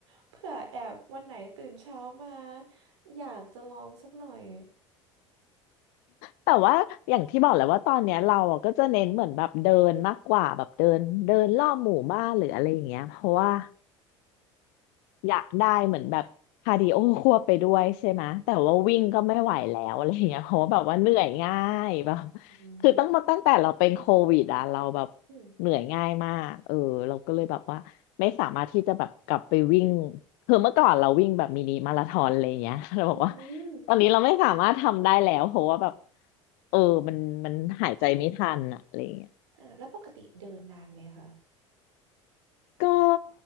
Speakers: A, on the right; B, on the left.
A: เผื่อแอบวันไหนตื่นเช้ามาอยากจะลองสักหน่อย
B: แต่ว่าอย่างที่บอกแหละว่าตอนเนี้ยเราอ่ะก็จะเน้นเหมือนแบบเดินมากกว่าแบบเดินเดินรอบหมู่บ้านหรืออะไรอย่างเงี้ยเพราะว่า อยากได้เหมือนแบบคาร์ดิโอควบไปด้วยใช่ไหมแต่ว่าวิ่งก็ไม่ไหวแล้ว <laughs> อะไรอย่างเงี้ยเพราะว่าแบบว่าเหนื่อยง่ายแบบ
A: อืม
B: คือต้องมาตั้งแต่เราเป็นโควิดอ่ะเราแบบ
A: อืม
B: เหนื่อยง่ายมากเออเราก็เลยแบบว่าไม่สามารถที่จะแบบกลับไปวิ่งคือเมื่อก่อนเราวิ่งแบบมินิมาราธอนอะไรอย่างเงี้ย <laughs> เราบอกว่า
A: อืม
B: ตอนนี้เราไม่สามารถทำได้แล้วเพราะว่าแบบเออมันมันหายใจไม่ทันอะอะไรอย่างเงี้ย
A: อ่าแล้วปกติเดินนานไหมคะ
B: ก็